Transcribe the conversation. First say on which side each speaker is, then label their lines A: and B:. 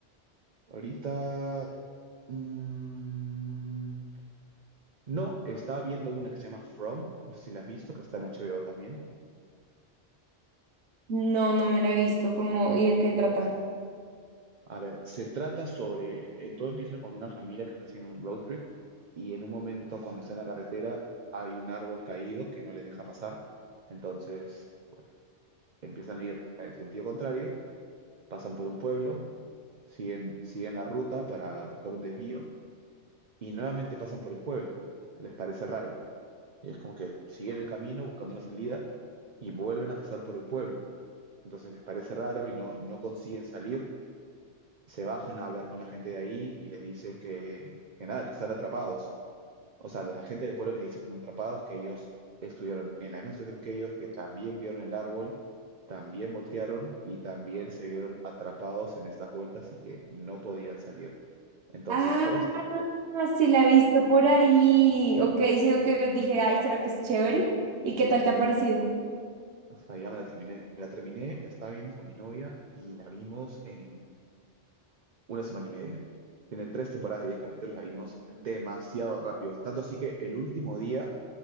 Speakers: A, on the right; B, on the right.
A: Ahorita... mm, no, estaba viendo una que se llama From, no sé si la has visto, que está en HBO también.
B: No, no me la he visto, como, ¿y de qué trata?
A: A ver, se trata sobre, eh, todo empieza con una familia que está haciendo un road trip y en un momento cuando está en la carretera hay un árbol caído que no les deja pasar, entonces pues empiezan a ir en sentido contrario, pasan por un pueblo, siguen, siguen la ruta para buscar un desvío y nuevamente pasan por el pueblo. Les parece raro y es como que siguen el camino buscando una salida y vuelven a pasar por el pueblo. Entonces les parece raro y no, no consiguen salir se bajan a hablar con la gente de ahí y les dicen que, que nada, que están atrapados. O sea, los agentes del pueblo les dicen que están atrapados, que ellos estuvieron en la misma situación que ellos, que también vieron el árbol, también voltearon y también se vieron atrapados en estas vueltas y que no podían salir. Entonces,
B: Ah,
A: todo es-
B: sí la he visto por ahí. Ok, sino que dije, ay, ¿será que es chévere? ¿Y qué tal te ha parecido?
A: o sea, ya me la terminé, me la terminé, la estaba viendo con mi novia y la vimos en una semana y media. Tiene tres temporadas de 10 capítulos, la vimos demasiado rápido. Tanto así que el último día